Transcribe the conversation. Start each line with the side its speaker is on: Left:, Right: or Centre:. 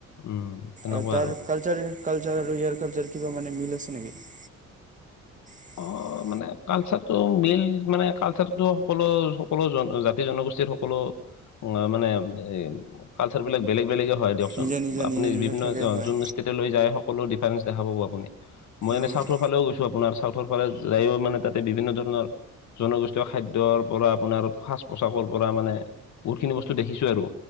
Left: উম তেনেকুৱা
Right: আৰু তাৰ কালচাৰ-কালচাৰ আৰু ইয়াৰ কালচাৰ কিবা মানে মিল আছে নেকি? <unintelligible> <inaudible>
Left: অ মানে কালচাৰটো মিল মানে কালচাৰটো সকলো-সকলো জন জাতি-জনগোষ্ঠীৰ সকলো <unintelligible> মানে এই কালচাৰবিলাক বেলেগ-বেলেগে হয় দিয়ক চোন
Right: নিজা নিজা
Left: আপুনি
Right: নিজা নিজা
Left: বিভিন্ন
Right: থাকে হয়
Left: যোন <unintelligible> <unintelligible> তেতিয়া লৈ যায় সকলো ডিফাৰেন্ঞ্চ দেখা পাব আপুনি। মই এনেই
Right: অ'
Left: চাউথৰ ফালেও গৈছো আপোনাৰ। চাউথৰ ফালে যায়ো মানে তাতে বিভিন্ন ধৰণৰ <unintelligible> জনগোষ্ঠীয় খাদ্যৰ পৰা আপোনাৰ সাজ পোছাকৰ পৰা মানে বহুতখিনি বস্তু দেখিছো আৰু